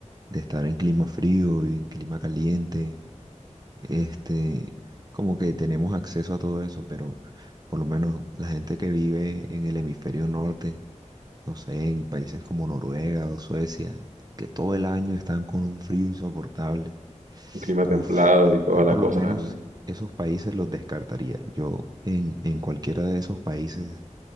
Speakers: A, on the right (about 30°); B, on the right (about 85°).
A: de estar en clima frío y en clima caliente, este, como que tenemos acceso a todo eso, pero por lo menos la gente que vive en el hemisferio norte, no sé, en países como Noruega o Suecia, que todo el año están con un frío insoportable.
B: un clima templado
A: Uf,
B: y toda
A: yo
B: la
A: por
B: cosa.
A: lo menos esos países los descartaría. Yo en, en cualquiera de esos países